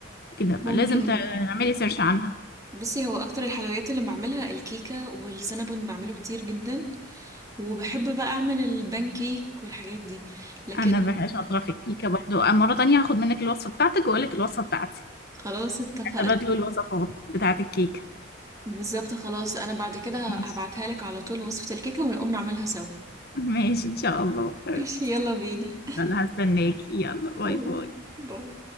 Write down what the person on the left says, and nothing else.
كده
لازم تعملي سيرش عنها
انا بح- شاطرة
في الكيكة برضو مرة تانية هاخد منك الوصفة بتاعتك واقول لك الوصفة بتاعتي
تبادلوا الوصفات بتاعت الكيكة
ماشي
ماشي ان شاء الله حبيبتي
يلا هستناكي يلا باي
باي